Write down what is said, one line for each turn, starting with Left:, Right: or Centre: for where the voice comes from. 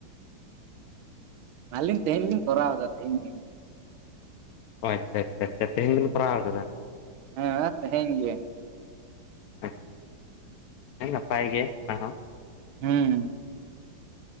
Right: ᱟᱹᱞᱤᱧ ᱛᱮᱦᱮᱧ ᱞᱤᱧ ᱠᱚᱨᱟᱣᱫᱟ ᱛᱮᱦᱤᱧ ᱜᱮ᱾
Left: ᱦᱳᱭ ᱟᱪᱪᱷᱟ ᱟᱪᱷᱟ ᱟᱪᱷᱟ ᱛᱮᱦᱮᱧ ᱫᱚᱤᱱ ᱠᱟᱲᱟᱣ ᱠᱟᱫᱟ?
Right: ᱦᱮᱸ ᱛᱮᱦᱮᱧ ᱜᱮ᱾
Left: ᱟᱪ ᱦᱮᱸ ᱱᱟᱯᱟᱭ ᱜᱮ ᱚᱱᱟ ᱦᱚᱸ᱾
Right: ᱦᱩᱸ